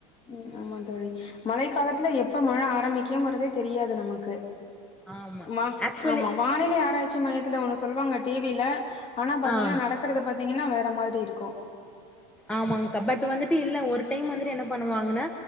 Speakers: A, on the left; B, in the centre.
A: உம் ஆமா தோழி மழை காலத்துல எப்ப மழை ஆரம்பிக்குங்கறதே தெரியாது நமக்கு
B: ஆமா.
A: வா
B: ஆக்சுவலி
A: ஆமா வானில யாராச்சு மையத்துல ஒன்னு சொல்லுவாங்க டிவில ஆனா பாத்தீங்கன்னா
B: ஆ.
A: நடக்கறத பத்தி பார்த்தீங்கன்னா வேறு மாதிரி இருக்கும்
B: ஆமாங்கா பட் வந்துட்டு இல்ல ஒரு டைம் வந்துட்டு என்ன பண்ணுவாங்கன்னா